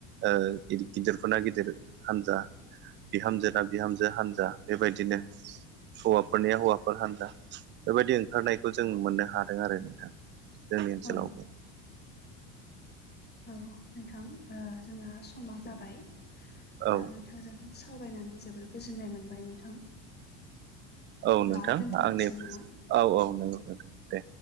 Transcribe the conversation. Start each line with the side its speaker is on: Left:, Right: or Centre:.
Right: ओ गिदिरफोरना गिदिर हान्जा बिहामजोना बिहामजो हानजा बेबायदिनो हौवाफोरनिया हौवाफोर हान्जा बेबायदि ओंखारनायखौ जों मोननो हादों आरो नोंथां। जोंनि ओनसोलावबो।
Left: औ औ नोंथां ओ जोंना समा जाबाय ओ
Right: औ
Left: थांजों सावरायनानै जोबोर गोजोननाय मोनबाय नोंथां।
Right: औ
Left: अब्ला
Right: नोंथां
Left: दोनथ'नोसै
Right: आंनि
Left: नामा
Right: औ औ नंगौ नोंथां दे।